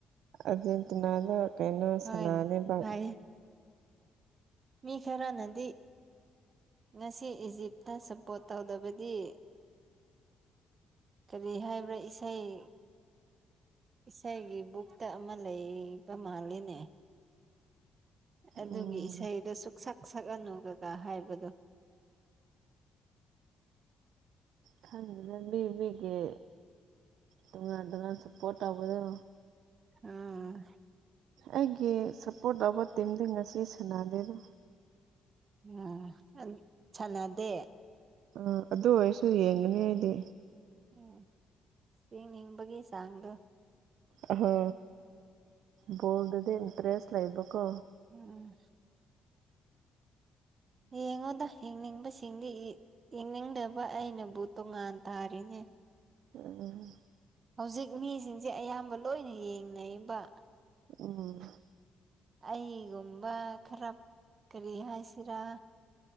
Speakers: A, on the right; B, on the right.
A: ꯑꯥꯔꯖꯦꯟꯇꯤꯅꯥꯗꯣ ꯀꯩꯅꯣ
B: ꯍꯣꯏꯅꯦ
A: ꯁꯅꯥꯅꯤꯕ
B: ꯍꯥꯏꯌꯦ ꯃꯤ ꯈꯔꯥ ꯅꯗꯤ ꯉꯁꯤ ꯏꯖꯤꯞꯇ ꯁꯞꯄꯣꯔꯠ ꯇꯧꯗꯕꯗꯤ ꯀꯔꯤ ꯍꯥꯏꯕ꯭ꯔꯥ ꯏꯁꯩ ꯏꯁꯩꯒꯤ ꯕꯨꯛꯇ ꯑꯃ ꯂꯩꯕ ꯃꯥꯜꯂꯤꯅꯦ ꯑꯗꯨꯒꯤ
A: ꯎꯝ
B: ꯏꯁꯩꯗꯣ ꯁꯨꯛ ꯁꯛ ꯁꯛꯑꯅꯨ ꯀꯛꯀ ꯍꯥꯏꯕꯗꯣ
A: ꯈꯪꯗꯦꯗ ꯃꯤ ꯃꯤꯒꯤ ꯇꯣꯉꯥꯟ ꯇꯣꯉꯥꯟ ꯁꯄꯣꯔꯠ ꯇꯧꯕꯗꯣ
B: ꯎꯝ
A: ꯑꯩꯒꯤ ꯁꯞꯄꯣꯔꯠ ꯇꯧꯕ ꯇꯤꯝꯗꯤ ꯉꯁꯤ ꯁꯥꯟꯅꯗꯦꯗ
B: ꯑꯥ ꯁꯥꯅꯗꯦ
A: ꯑꯥ ꯑꯗꯨ ꯑꯣꯏꯔꯁꯨ ꯌꯦꯡꯒꯅꯤ ꯑꯩꯗꯤ
B: ꯎꯝ ꯊꯌꯦꯡꯅꯤꯡꯕꯒꯤ ꯆꯥꯡꯗꯣ
A: ꯑꯣ ꯍꯣ ꯕꯣꯜꯗꯗꯤ ꯏꯟꯇ꯭ꯔꯦꯁ ꯂꯩꯏꯕ ꯀꯣ
B: ꯎꯝ ꯌꯦꯡꯉꯣꯗ ꯌꯦꯅꯤꯡꯕꯁꯤ ꯁꯤꯡꯗꯒꯤ ꯕꯦꯅꯤꯡꯗꯕ ꯑꯩꯅꯕꯨ ꯇꯣꯉꯥꯟ ꯇꯥꯔꯤꯅꯦ
A: ꯎꯝ
B: ꯍꯧꯖꯤꯛ ꯃꯤꯁꯤꯡꯁꯦ ꯑꯌꯥꯝꯕ ꯂꯣꯏꯅ ꯌꯦꯡꯅꯩꯌꯦꯕ
A: ꯎꯝ
B: ꯑꯩꯒꯨꯝꯕ ꯈꯔ ꯀꯔꯤ ꯍꯥꯏꯁꯤꯔꯥ